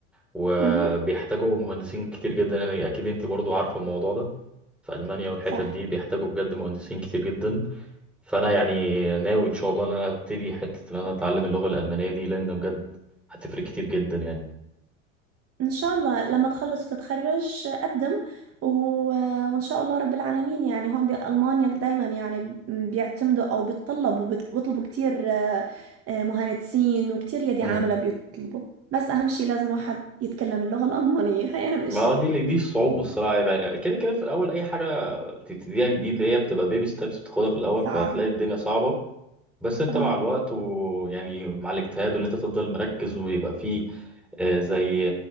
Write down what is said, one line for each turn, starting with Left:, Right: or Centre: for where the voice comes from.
Centre: وبيحتاجوا
Right: اها
Centre: مهندسين كتير جدا يعني أكيد أنت برضو عارفة الموضوع ده في ألمانيا والحتت
Right: صح
Centre: دي بيحتاجوا بجد مهندسين كتير جدا فأنا يعني ناوي إن شاء الله إن أنا أبتدي حتة إن أنا أتعلم اللغة الألمانية دي لأن بجد هتفرق كتير جدا يعني
Right: إن شاء الله لما تخلص وتتخرج آه، قدم و... آه، وإن شاء الله رب العالمين يعني هون بألمانيا دايما يعني بيعتمدوا أو بيتطلبوا بيط- بيطلبوا كتير آه، آه، مهندسين وكتير يدي
Centre: مم.
Right: عاملة بيطلبوا بس أهم شيء لازم الواحد يتكلم اللغة الألمانية هي أهم إشي
Centre: ما هو دي اللي- دي الصعوبة الصراحة يعني كده كده في الأول أي حاجة بتبتديها جديد هي بتبقى بيبي ستيبس بتاخدها في الأول
Right: صعب
Centre: فهتلاقي الدنيا صعبة بس أنت
Right: طبعا
Centre: مع الوقت ويعني مع الاجتهاد وإن أنت تفضل مركز ويبقى فيه آه، زي